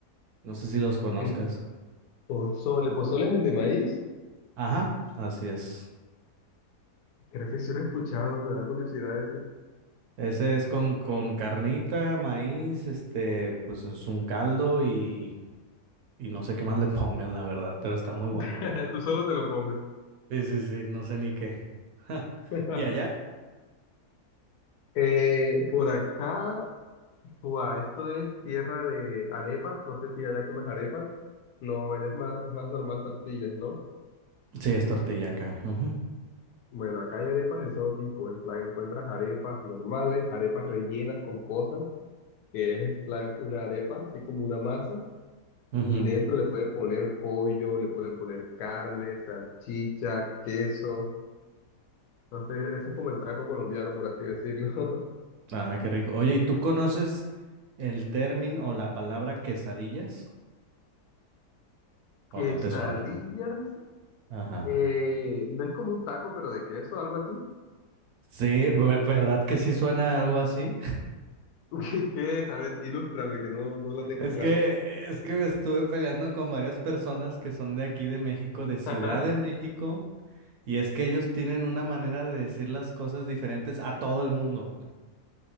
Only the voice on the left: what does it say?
El pozole. ¿Pozole es el de maíz?
Creo que sí lo he escuchado, me da curiosidad ese.
<laughs> Tú solo te lo comes.
<laughs>
Eh, por acá, ua, esto es tierra de arepas. No sé si allá comes arepas. No, allá es más, es más normal tortillas, ¿no?
Bueno, acá hay arepas de todo tipo. En plan, encuentras arepas normales, arepas rellenas con cosas, que es en plan una arepa, así como una masa.
Y dentro le pueden poner pollo, le pueden poner carne, salchicha, queso. Entonces, ese es como el taco colombiano, por así decirlo. <laughs>
Quesadillas,
eh, no es como un taco, pero de queso, algo así.
<laughs> ¿Qué, qué es? A ver, ilústrame, que no, no la tengo
clara.
Ajá.
<laughs>